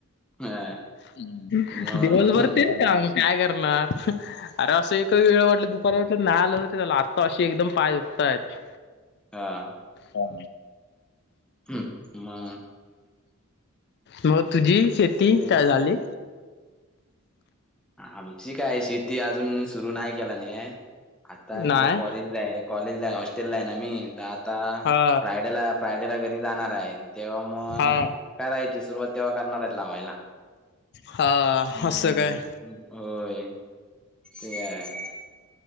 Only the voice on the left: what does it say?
दिवस
भर तेच. काय करणार अरे असं एकही वेळ वाटल. दुपारी नाही आलं त्याला आत्ता अशी एकदम पाय दुखतायत.
हो्.
मग तुझी शेती
काय झाली?
नाही
हा
हा
हा
असत काय?